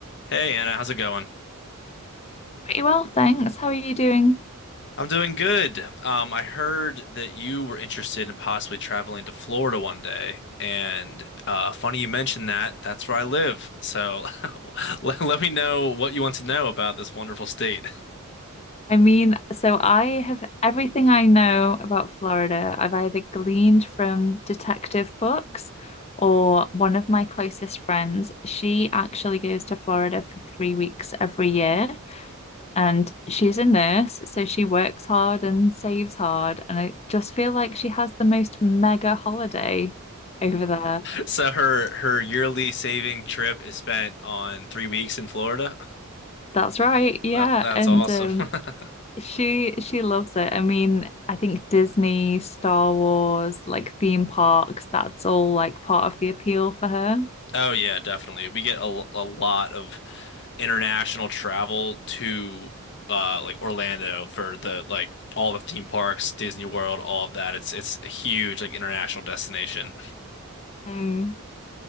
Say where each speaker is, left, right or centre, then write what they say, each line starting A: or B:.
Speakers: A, on the left (about 55°); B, on the left (about 30°).
A: Hey Anna, how's it going?
B: Pretty well, thanks. How are you doing?
A: I'm doing good. Um, I heard that you were interested in possibly traveling to Florida one day, and uh, funny you mentioned that. That's where I live. So <laughs> let, let me know what you want to know about this wonderful state. <laughs>
B: I mean, so I have everything I know about Florida, I've either gleaned from detective books or one of my closest friends. She actually goes to Florida for three weeks every year, and she's a nurse, so she works hard and saves hard. And I just feel like she has the most mega holiday over there.
A: So her her yearly saving trip is spent on three weeks in Florida.
B: That's right, yeah.
A: That that's
B: And
A: awesome.
B: um,
A: <laughs>
B: She she loves it. I mean, I think Disney, Star Wars, like theme parks, that's all like part of the appeal for her.
A: Oh yeah, definitely. We get a, a lot of international travel to uh like Orlando for the like all the theme parks, Disney World, all of that. It's it's a huge like international destination.
B: Um,